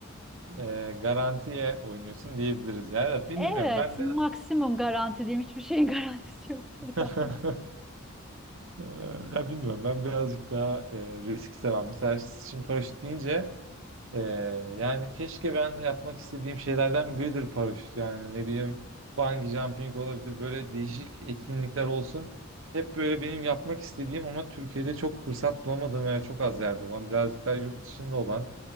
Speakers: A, on the right; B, in the centre.
A: e, garantiye oynuyorsun diyebiliriz. Ya da bilmiyorum
B: Evet,
A: ben
B: maksimum
A: biraz
B: garanti diyeyim. Hiçbir şeyin <laughs> garantisi yoktur
A: <laughs>
B: da.
A: Ee, Ya bilmiyorum ben birazcık daha e, risk seven. Mesela şimdi paraşüt deyince e, yani keşke ben de yapmak istediğim şeylerden biridir paraşüt. Yani ne bileyim bungee jumping olabilir böyle değişik etkinlikler olsun. Hep böyle benim yapmak istediğim ama Türkiye'de çok fırsat bulamadığım veya çok az yerde olan birazcık daha yurt dışında olan